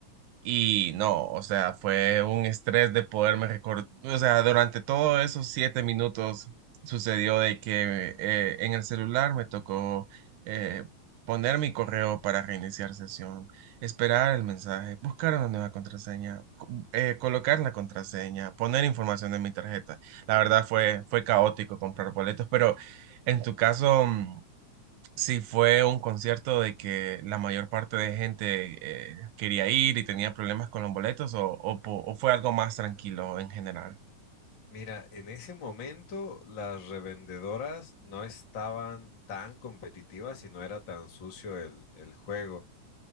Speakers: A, on the right (about 80°); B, on the left (about 45°).
A: Y no, o sea, fue un estrés de poderme recordar, o sea, durante todos esos siete minutos sucedió de que eh, en el celular me tocó eh, poner mi correo para reiniciar sesión, esperar el mensaje, buscar una nueva contraseña, co- eh, colocar la contraseña, poner información en mi tarjeta. La verdad fue, fue caótico comprar boletos, pero en tu caso... mm, Sí, fue un concierto de que la mayor parte de gente eh, quería ir y tenía problemas con los boletos o, o, po- o fue algo más tranquilo en general.
B: Mira, en ese momento las revendedoras no estaban tan competitivas y no era tan sucio el, el juego.